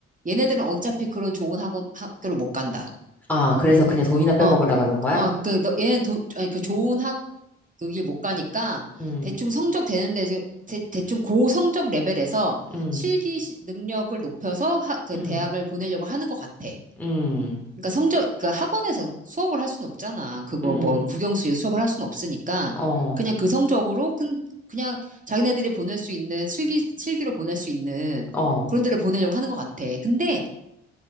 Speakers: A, on the right; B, in the centre.
A: 얘네들은 어차피 그런 좋은 학원 학교를 못 간다.
B: 아, 그래서 그냥 돈이나 빼먹으려
A: 어,
B: 그러는 거야?
A: 어, 그 너, 얘는 돈, 아니 그 좋은 학 그길 못 가니까
B: 응,
A: 대충 성적 되는데 대, 대충 고 성적 레벨에서
B: 응,
A: 실기 시- 능력을 높여서 학, 그
B: 응,
A: 대학을 보내려고 하는 것 같아.
B: 응,
A: 그러니까 성적, 그러니까 학원에서 수업을 할 수는 없잖아. 그거
B: 응,
A: 뭐 국영수 수업을 할 수는 없으니까
B: 어,
A: 그냥 그 성적으로 그, 그냥 자기네들이 보낼 수 있는 실기 실기로 보낼 수 있는
B: 어.
A: 그런 데를 보내려고 하는 것 같아. 근데